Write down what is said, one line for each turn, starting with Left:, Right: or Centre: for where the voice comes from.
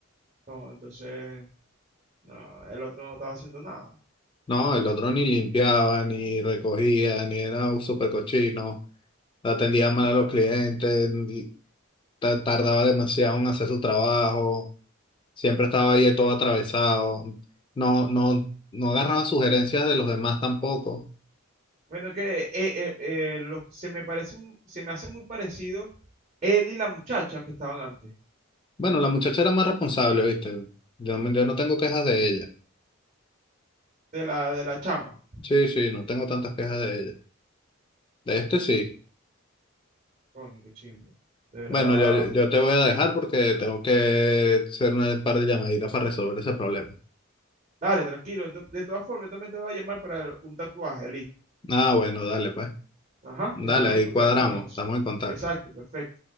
Right: No, entonces, no, el otro no estaba haciendo nada.
Left: No, el otro ni limpiaba, ni recogía, ni era un súper cochino, atendía mal
Right: No.
Left: a los clientes, ni- ta- tardaba demasiado en hacer su trabajo, siempre estaba ahí todo atravesado, no, no, no agarraba sugerencias de los demás tampoco.
Right: Bueno, es que eh, eh, eh, lo- se me parece, un- se me hace muy parecido él y la muchacha que estaban antes,
Left: Bueno, la muchacha era más responsable, ¿viste? Yo, me- yo no tengo quejas de ella.
Right: de la, de la chama.
Left: Sí, sí, no tengo tantas quejas de ella. De este sí.
Right: Coño, qué chimbo. De verdad.
Left: Bueno, yo, yo te voy a dejar porque tengo que hacer un par de llamaditas para resolver ese problema.
Right: Dale, tranquilo. ento- de todas formas, yo también te voy a llamar para un tatuaje, Ali.
Left: Ah, bueno, dale, pues.
Right: Ajá,
Left: Dale,
Right: estamos
Left: ahí
Right: en contacto
Left: cuadramos,
Right: entonces.
Left: estamos en contacto.
Right: Exacto, perfecto.